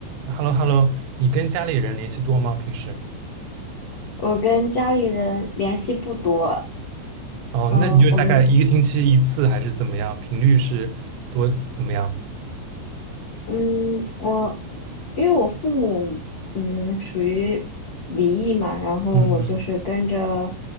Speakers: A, on the right; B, on the left.
A: h e l l o h e l l o 你跟家里人联系多吗？平时？
B: 我跟家里人联系不多，
A: 哦，
B: 嗯，
A: 那你就大概一个星期一次还是怎么样？
B: 我们，
A: 频率是多怎么样？
B: 嗯，我，因为我父母，嗯，属于离异嘛，然后我就是跟着
A: 嗯